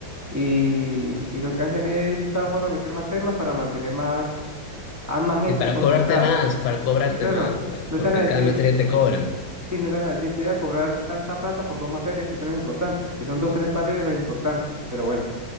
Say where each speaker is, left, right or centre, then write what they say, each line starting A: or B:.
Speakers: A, on the right; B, on the left.
A: y, y lo que hacen es buscar la forma de meter más temas para mantener más, a más gente
B: Y para
A: concentrada.
B: cobrarte más, para cobrarte
A: Sí, claro,
B: más, pues, porque
A: no están a decir,
B: cada materia te cobran.
A: sí, no están a decir, te voy a cobrar tanta plata por dos materias que son las importantes, que son dos, tres materias las importantes, pero bueno.